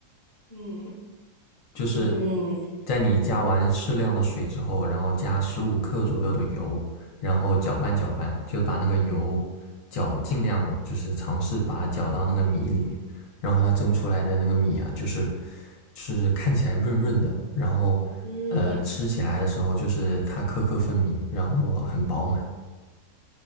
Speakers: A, on the left (about 30°); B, on the left (about 65°).
A: 嗯
B: 就是
A: 嗯
B: 在你加完适量的水之后，然后加十五克左右的油，然后搅拌搅拌，就把那个油搅，尽量就是尝试把它搅到那个米里面，然后它蒸出来的那个米啊，就是就是看起来润润的，然后呃吃起来的时候就是它颗颗分明，
A: 嗯。
B: 然后很饱满。